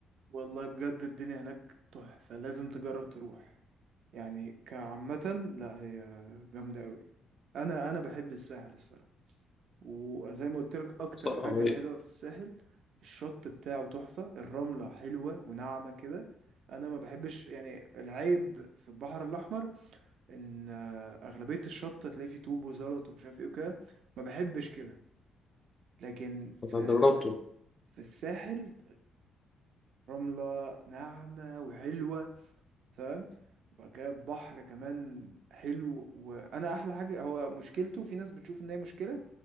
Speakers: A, on the right (about 70°); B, on the left (about 30°).
A: والله بجد الدنيا هناك تحفة لازم تجرب تروح يعني كعامة لا هي جامدة أوي أنا أنا بحب الساحل الصراحة وزي ما قلت لك اكتر
B: صراحة
A: حاجة حلوة في الساحل الشط بتاعه تحفة الرملة حلوة وناعمة كده انا ما بحبش يعني العيب في البحر الاحمر ان آه، اغلبية الشط تلاقي فيه طوب وزلط ومش عارف ايه وكده ما بحبش كده لكن في
B: انا جربته
A: في الساحل الرملة ناعمة وحلوة فاهم وبعد كده بحر كمان حلو وانا احلى حاجه هو مشكلته في ناس بتشوف ان هي مشكله